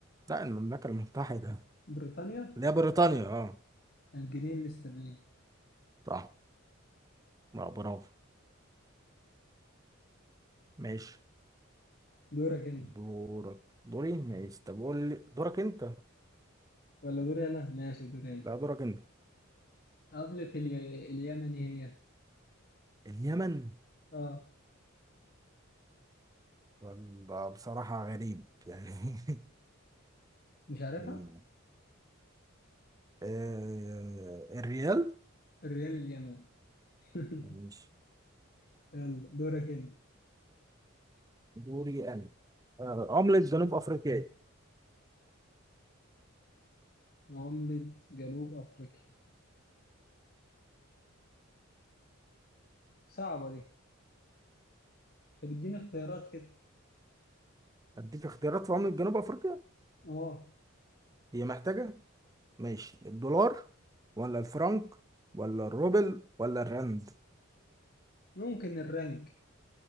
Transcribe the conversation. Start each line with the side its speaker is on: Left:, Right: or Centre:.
Right: لا المملكة المتحدة
Left: بريطانيا
Right: اللي هي بريطانيا اه
Left: الجنيه الاسترليني
Right: صح لا برافو ماشي
Left: دورك انت
Right: دورك دوري ماشي طب قول لي دورك انت
Left: ولا دوري انا؟ ماشي دوري انا
Right: لا دورك انت
Left: عملة الي... اليمني هي
Right: اليمن
Left: اه
Right: ولا بصراحة غريب يعني <laughs>
Left: مش عارفها؟
Right: مم. آه الريال
Left: الريال اليمني <laughs>
Right: ماشي
Left: يلا دورك انت
Right: دوري انا آه عملة جنوب افريقيا
Left: عملة جنوب افريقيا صعبة دي طب اديني اختيارات كده
Right: اديك اختيارات في عملة جنوب افريقيا
Left: اه
Right: هي محتاجة ماشي الدولار ولا الفرنك ولا الروبل ولا الرند
Left: ممكن الرنك